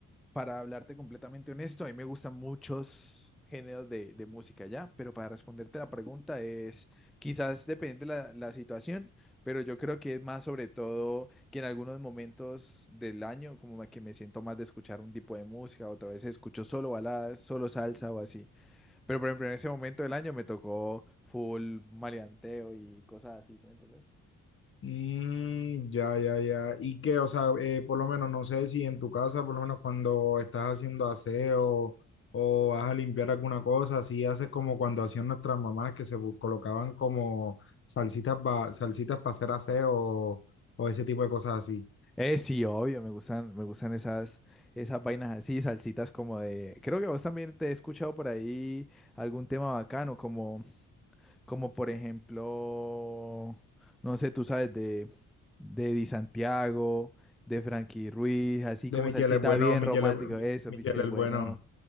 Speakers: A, in the centre; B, on the left.
A: Para hablarte completamente honesto, a mí me gustan muchos géneros de, de música ya, pero para responderte la pregunta es, quizás depende la, la situación, pero yo creo que es más sobre todo que en algunos momentos del año, como que me siento más de escuchar un tipo de música, otra vez escucho solo baladas, solo salsa o así. Pero por ejemplo, en ese momento del año me tocó full maleanteo y cosas así, ¿sí me entendés?
B: Mm, ya, ya, ya. Y que, o sea, eh, por lo menos no sé si en tu casa, por lo menos cuando estás haciendo aseo o vas a limpiar alguna cosa, así haces como cuando hacían nuestras mamás que se bu- colocaban como salsitas, ba- salsitas para hacer aseo o, o ese tipo de cosas así.
A: Eh, sí, obvio, me gustan, me gustan esas, esas vainas así, salsitas como de. Creo que vos también te he escuchado por ahí algún tema bacano, como, como por ejemplo, no sé, tú sabes, de, de Di Santiago, de Frankie Ruiz, así
B: De
A: como
B: Michel
A: salsita
B: es bueno,
A: bien
B: Michel
A: romántico.
B: es, Mi-
A: Eso,
B: Michel
A: Michel,
B: es
A: bueno.
B: bueno,